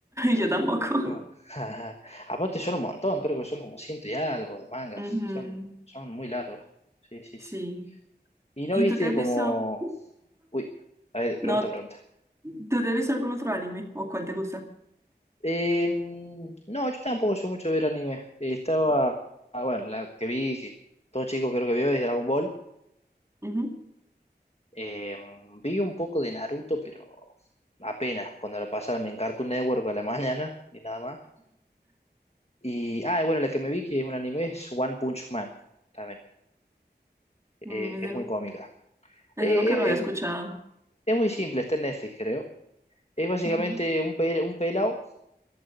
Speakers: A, on the right (about 15°); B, on the left (about 35°).
A: Yo tampoco.
B: No. <laughs> Aparte son un montón, creo que son como ciento y algo de mangas.
A: Ujú,
B: Son, son muy largos. Sí, sí,
A: Sí.
B: sí. ¿Y no
A: ¿Y
B: viste
A: tú te has visto?
B: como... Uy, a ver,
A: No,
B: pregunta, pregunta.
A: ¿tú te has visto algún otro anime? ¿O cuál te gusta?
B: Eh, no, yo tampoco soy mucho de ver anime. Estaba... ah, bueno, la que vi, que todo chico creo que vio, es Dragon Ball.
A: Ujú,
B: Eh, vi un poco de Naruto, pero apenas, cuando la pasaban en Cartoon Network a la mañana y nada más. Y, ah, y bueno, la que me vi que es un anime es One Punch Man, también. Eh,
A: mm, ese,
B: es
A: nu-
B: muy cómica.
A: ese
B: Eh,
A: nunca
B: eh,
A: lo había escuchado.
B: eh, es muy simple, está en Netflix, creo. Es básicamente
A: Ujú,
B: un, pel- un pelado